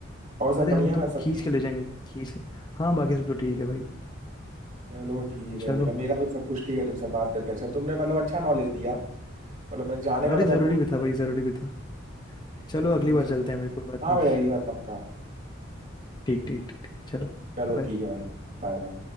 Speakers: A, on the right (about 40°); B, on the left (about 20°).
A: और सब
B: अरे
A: बढ़िया
B: हम
A: ना
B: तुमको
A: सब
B: खींच
A: ठीक
B: के ले जाएंगे खींच हाँ बाकी सब तो ठीक है भाई
A: चलो ठीक
B: चलो
A: है मतलब मेरा भी सब कुछ ठीक है तुमसे बात करके अच्छा तुमने मतलब अच्छा नॉलेज दिया मतलब मैं जाने
B: अरे
A: वाला
B: जरूरी
A: था वोट देने
B: भी था भाई
A: लेकिन
B: जरूरी भी था चलो
A: लेकिन
B: अगली
A: फिर मैं
B: बार
A: सोचा
B: चलते हैं भाई कोई बात
A: हाँ
B: नहीं
A: भाई अगली बार पक्का
B: ठीक ठीक ठीक ठीक, चलो
A: चलो
B: bye।
A: ठीक है भाई Bye bye